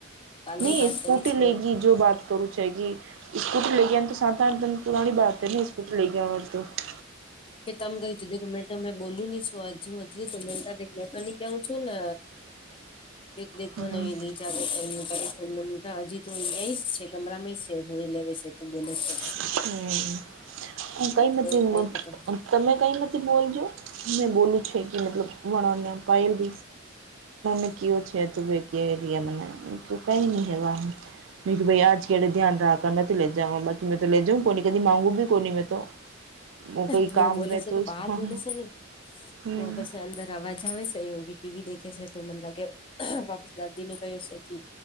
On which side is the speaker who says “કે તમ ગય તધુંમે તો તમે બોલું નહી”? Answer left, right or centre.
Left